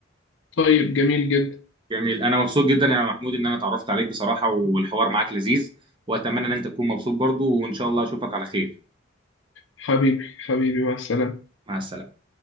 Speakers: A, on the left; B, on the right.
A: طيب جميل جدا
B: جميل انا مبسوط جدا يا محمود ان انا اتعرفت عليك بصراحه والحوار معاك لذيذ واتمنى ان انت تكون مبسوط برضو وان شاء الله اشوفك على خير
A: حبيبي حبيبي مع السلامة
B: مع السلامه